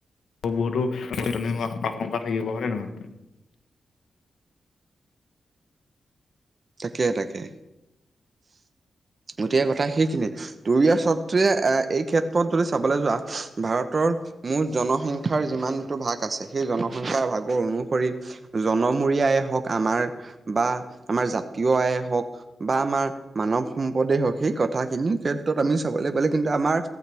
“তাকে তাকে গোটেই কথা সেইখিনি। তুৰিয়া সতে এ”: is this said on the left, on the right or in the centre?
Right